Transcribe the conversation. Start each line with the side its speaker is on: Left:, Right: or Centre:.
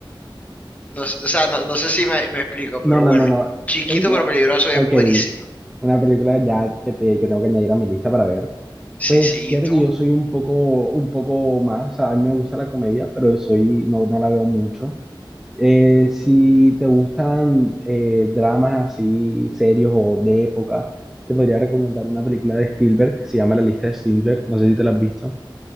Left: No, s- o sea, no, no sé si me, me explico, pero
Centre: No, no,
Left: bueno,
Centre: no, no,
Left: chiquito
Centre: ella,
Left: pero peligroso es
Centre: ok,
Left: buenísimo.
Centre: una película ya que, te, que tengo que añadir a mi lista para ver.
Left: Sí,
Centre: Pues
Left: sí,
Centre: fíjate
Left: ¿y tú?
Centre: que yo soy un poco, un poco más, o sea, a mí me gusta la comedia, pero soy, no, no la veo mucho. Eh, si te gustan eh, dramas así serios o de época, te podría recomendar una película de Spielberg que se llama La lista de Schindler, no sé si te la has visto.